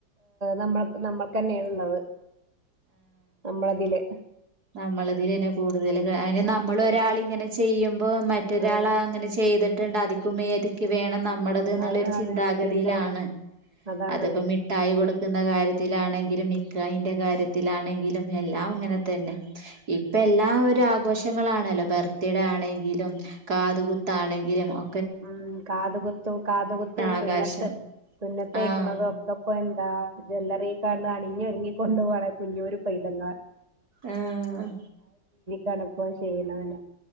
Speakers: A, on the right (about 20°); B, on the right (about 55°).
A: നമ്മക്ക് നമ്മക്കന്നെ ആണ് ഉള്ളത്. ഞമ്മള്ദീല്
B: നമ്മള്ദീന് കൂടുതല് കാര് നമ്മള്ഒരാളിങ്ങനെ ചെ ചെയ്യും. ഇപ്പൊ മറ്റൊരാള
A: ആഹ്
B: അങ്ങനെ ചെയ്ത് ത്ണ് അതിക്കും മേതിക്ക് വേ ന്നാ നമ്മടത് നുള്ളൊരു
A: അതെ
B: ചിന്താ
A: അതെ
B: ഗതിയിലാണ്
A: ചിന്ത അതാണ്
B: അത്പ്പ മിട്ടായി കൊട് ത്ത്ന്ന കാര്യത്തിലാണെങ്കിലും നിക്കാഹിന്റെ കാര്യത്തിലാണെങ്കിലും എല്ലാം ഇങ്ങനെത്തന്നെ. ഇപ്പ എല്ലാം ഒരാഗോശങ്ങളാണല്ലോ ബർത്തിടേആണെ ങ്കിലും കാത്കുത്താണെങ്കിലും ഒ
A: മ്മ് കാത്കുത്തും കാത്കുത്ത്
B: ആകാശം
A: സുന്നത്ത് സുന്നതൈക്കണതൊക്കെഇപ്പെന്താ
B: ആഹ്
A: ജൊല്ലറിക്കാണ്ട് അണിഞ്ഞൊര് ങ്ങി കൊണ്ട്പോളെ കുഞ്ഞോരു പൈതങ്ങളെ.
B: ആാാ ഹ്
A: തലപ്പോയ് ഷെയ്യുന്നതന്നെ.